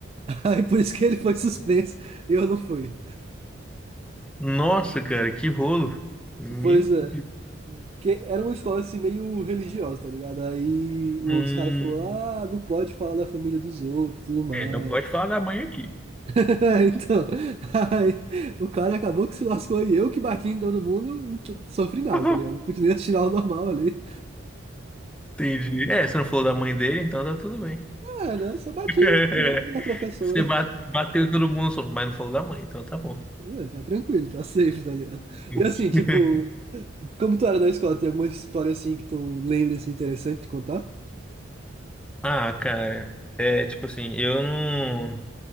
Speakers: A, on the right; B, in the centre.
A: <laughs> Aí por isso que ele foi suspenso e eu não fui.
B: Nossa, cara, que rolo. Meu
A: Pois é.
B: Deus.
A: Porque era uma escola assim meio religiosa, tá ligado? Aí os
B: Hum.
A: caras ficam, ah, não pode falar da família dos outros, e tudo mais.
B: É, não pode falar da mãe aqui.
A: <laughs> Então, aí o cara acabou que se lascou e eu que bati em todo mundo, não t- sofri nada,
B: <laughs>
A: tá ligado? Continuei assistindo aula normal ali.
B: Entendi. É, você não falou da mãe dele, então tá tudo bem.
A: Ah, não, só bati,
B: <laughs>
A: né, na professora.
B: Você ba- bateu em todo mundo, só- mas não falou da mãe, então tá bom.
A: Ah, Tá tranquilo, tá safe, tá ligado?
B: <laughs>
A: E assim, tipo, como tu era na escola, tem alguma história assim que tu lembra assim interessante de contar?
B: Ah, cara, é tipo assim, eu não.